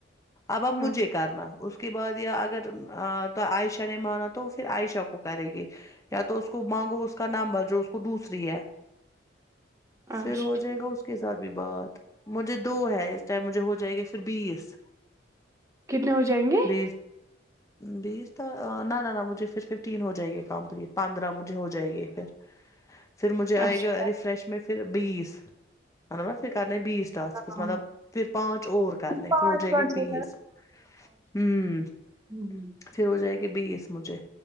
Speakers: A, on the left (about 15°); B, on the right (about 15°).
A: اب اب مجھے
B: ہاں
A: کرنا اس کو اس کے بعد یا اگر عائشہ نے مانا تو وہ پھر عائشہ کو کرے گی یا تو اس کو مانگو اس کا نمبر جو اس کو دوسری ہے پھر
B: اچھا
A: ہو جائے گا اس کے ساتھ بھی بات مجھے دو ہے اس ٹائم مجھے ہو جائے گا پھر بیس
B: ٹھیک کتنے ہو جائیں گے
A: بیس بیس تو نہ نہ نہ مجھے پھر ففٹین ہو جائے گی کمپلیٹ پندرہ مجھے ہو جائے گی پھر پھر مجھے آئے
B: اچھا
A: گا ریفریش میں پھر بیس ہ نا نا پھر کرنے بیس ٹاسکس
B: پانچ
A: مطلب پھر پانچ اور کرنے
B: پانچ
A: پھر ج
B: پانچ
A: گ پ
B: ہوتا
A: بیس ہ <unintelligible>
B: ہوں <unintelligible>
A: پھر ہو جائے گی بیس مجھے